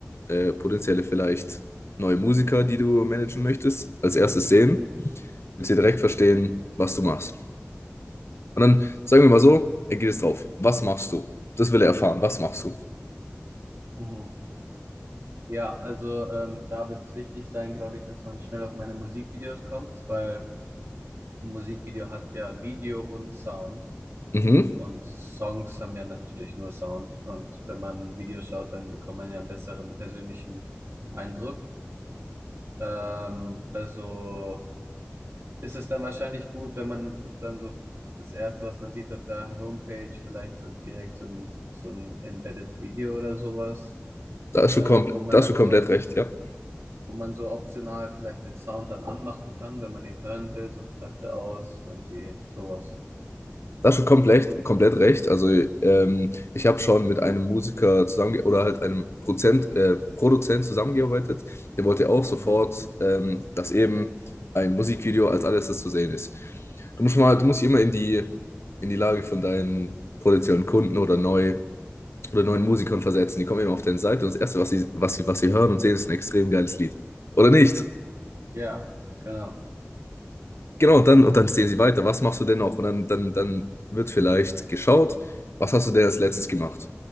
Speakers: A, on the left; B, on the right.
A: äh, potenzielle vielleicht neue Musiker, die du managen möchtest, als erstes sehen,
B: mhm,
A: willst du direkt verstehen, was du machst. Und dann sagen wir mal so, er geht jetzt drauf. Was machst du? Das will er erfahren. Was machst du?
B: mhm. Ja, also ähm, da wird es wichtig sein, glaube ich, dass man schnell auf meine Musikvideos kommt, weil Ein Musikvideo hat ja Video und Sound
A: Mhm.
B: und Songs haben ja natürlich nur Sound. Und wenn man ein Video schaut, dann bekommt man ja einen besseren persönlichen Eindruck. Ähm, also ist es dann wahrscheinlich gut, wenn man dann so das Erste, was man sieht auf der Homepage, vielleicht so direkt so ein, so ein Embedded Video oder sowas,
A: Da hast
B: äh,
A: du, komp
B: wo man
A: da hast
B: dann
A: du komplett
B: so,
A: recht, ja.
B: wo man so optional vielleicht den Sound dann anmachen kann, wenn man ihn hören will, sonst bleibt er aus, irgendwie sowas.
A: Das schon komplett, komplett recht. Also ähm, ich habe schon mit einem Musiker zusammen oder halt einem Prozent, äh, Produzent zusammengearbeitet. Der wollte auch sofort,
B: Mhm.
A: ähm, dass eben ein Musikvideo als alles das zu sehen ist. Du musst mal, du musst dich immer in die, in die Lage von deinen potenziellen Kunden oder neu oder neuen Musikern versetzen. Die kommen eben auf deine Seite und das Erste, was sie, was sie, was sie hören und sehen, ist ein extrem geiles Lied. Oder nicht?
B: Ja, genau.
A: Genau, und dann, und dann sehen sie weiter. Was machst du denn noch? Und dann, dann, dann wird vielleicht geschaut, was hast du denn als letztes gemacht?